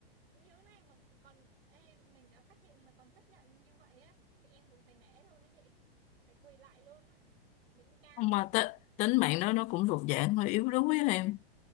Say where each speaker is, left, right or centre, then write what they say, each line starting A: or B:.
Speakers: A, on the right; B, on the left.
A: như thế này mà còn ê, mình đã phát hiện mà còn chấp nhận như vậy á thì em cũng phải nể luôn đó chị phải quỳ lại luôn á đỉnh cao
B: mà t- tính mạng nó nó cũng thuộc dạng hơi yếu đuối á em